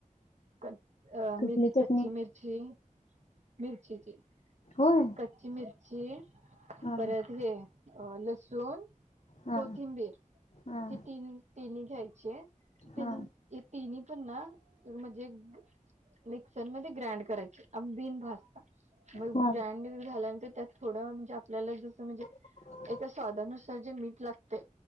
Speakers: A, on the right; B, on the left.
A: कच अ
B: कुठली
A: मि कच्ची
B: चटणी
A: मिर्चीी मिर्चीीची
B: होय
A: क ची मिरची
B: हां
A: परत हे लसूण.
B: हां
A: कोथिंबीर
B: हां
A: हे तीन - तिनी घ्यायचे
B: हां
A: आणि तिनी तीनी ची ना म्हणजे मिक्सर मध्ये ग्रांड करायचे भाजता मग
B: हां
A: ग्रँड झाल्यानंतर त्यात थोड म्हणजे आपल्याला जस म्हणजे
B: <inaudible>
A: याच्या स्वादानुसार जे मीठ लागते